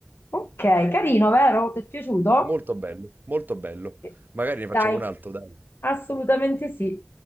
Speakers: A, on the left; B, on the right.
A: Ok, carino, vero? Ti è piaciuto?
B: Molto bello, molto bello.
A: Eh,
B: Magari ne facciamo
A: Dai,
B: un altro, dai.
A: assolutamente sì.